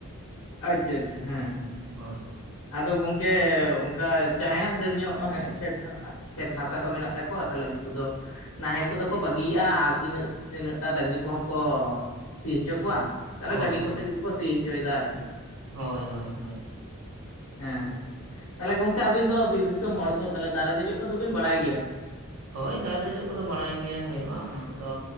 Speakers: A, on the left; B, on the right.
A: ᱟᱪᱪᱷᱟ ᱟᱪᱪᱷᱟ ᱦᱮᱸ ᱦᱮᱸ ᱦᱮᱸ
B: ᱦᱳᱭ ᱦᱳᱭ
A: ᱟᱫᱚ ᱜᱚᱝᱠᱮ ᱚᱱᱠᱟ ᱡᱟᱦᱟᱸᱭᱟᱜ ᱰᱷᱮᱨ ᱧᱚᱜ ᱠᱷᱮᱛ ᱠᱷᱮᱛ ᱦᱟᱥᱟ ᱠᱚ ᱢᱮᱱᱟᱜ ᱛᱟᱠᱚᱣᱟ ᱛᱟᱦᱚᱞᱮ ᱩᱱᱠᱩ ᱫᱚ ᱱᱟᱦᱮᱞ ᱠᱚᱫᱚ ᱠᱚ ᱵᱟᱹᱜᱤᱭᱟᱜᱼᱟ ᱟᱨ ᱛᱤᱱᱟᱹᱜ ᱛᱤᱱᱟᱹᱜ ᱴᱟ ᱰᱟᱹᱝᱨᱤ ᱠᱚᱦᱚᱸ ᱠᱚ ᱥᱤ ᱦᱚᱪᱚ ᱠᱚᱣᱟ ᱛᱟᱦᱚᱞᱮ
B: ᱦᱳᱭ
A: ᱜᱟᱹᱰᱤ ᱠᱚᱛᱮᱜᱮ ᱠᱚ ᱥᱤ ᱦᱚᱪᱚᱭᱮᱫᱟ ᱟᱨᱠᱤ
B: ᱦᱳᱭ ᱦᱳᱭ ᱦᱳᱭ
A: ᱦᱮᱸ ᱦᱮᱸ ᱛᱟᱦᱚᱞᱮ ᱜᱚᱝᱠᱮ ᱟᱹᱵᱤᱱ ᱫᱚ ᱵᱤᱨ ᱫᱤᱥᱚᱢ ᱦᱚᱲ ᱛᱚ ᱛᱟᱦᱚᱞᱮ ᱫᱟᱨᱮ ᱫᱮᱡᱚᱜ ᱠᱚᱫᱚ ᱵᱤᱱ ᱵᱟᱲᱟᱭ ᱜᱮᱭᱟ
B: ᱦᱳᱭ ᱫᱟᱨᱮ ᱫᱮᱡᱚᱜ ᱠᱚᱫᱚ ᱵᱟᱲᱟᱭ ᱜᱮ ᱦᱩᱭᱩᱜᱼᱟ ᱚᱱᱟ ᱠᱚᱫᱚ